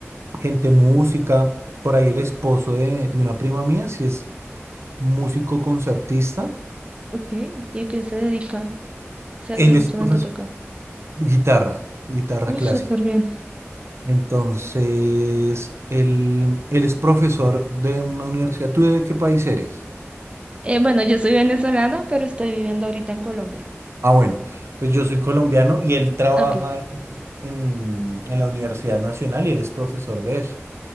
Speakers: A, on the right (about 65°); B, on the right (about 25°).
A: gente música. Por ahí el esposo de, de una prima mía, si es músico concertista.
B: Ok, ¿y a qué se dedica? O sea,
A: Él
B: ¿qué instrumento
A: es profesor,
B: toca?
A: guitarra, guitarra
B: Uy,
A: clásica.
B: súper bien.
A: Entonces, él, él es profesor de una universidad. ¿Tú de qué país eres?
B: Eh, bueno, yo soy venezolana, pero estoy viviendo ahorita en Colombia.
A: Ah, bueno, pues yo soy colombiano y él trabaja
B: Ok.
A: en, en- en la Universidad Nacional y él es profesor de eso.